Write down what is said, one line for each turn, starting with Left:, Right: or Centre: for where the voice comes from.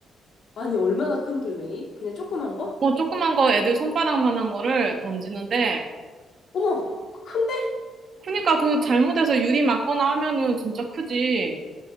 Left: 아니, 얼마나 큰 돌멩이? 그냥 조그만 거?
Right: 뭐 조그만 거 애들 손바닥만한 거를 던지는데
Left: 어머, 큰데?
Right: 그러니까 그 잘못해서 유리 맞거나 하면은 진짜 크지.